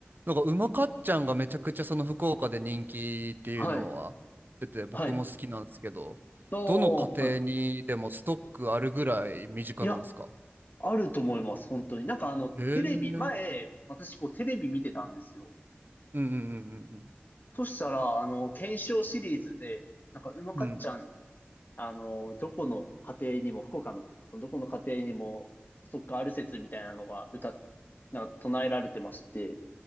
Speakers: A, on the right; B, on the left.
A: なんか、うまかっちゃんがめちゃくちゃその福岡で人気っていうのは出てて、
B: はい。
A: 僕も好きなんですけど、
B: はい。あはい。
A: どの家庭にでもストックあるぐらい身近なんですか
B: いや、あると思います、本当に。なんかあの、
A: へえ。
B: テレビ、
A: うん
B: 前、私こうテレビ見てたんですよ。
A: うんうんうん
B: そしたら、あの、検証シリーズで、なんかうまかっちゃん、
A: うん。うん。
B: あの、どこの家庭にも、福岡の、そのどこの家庭にも、ストックある説みたいなのが歌っ、なんか唱えられてまして、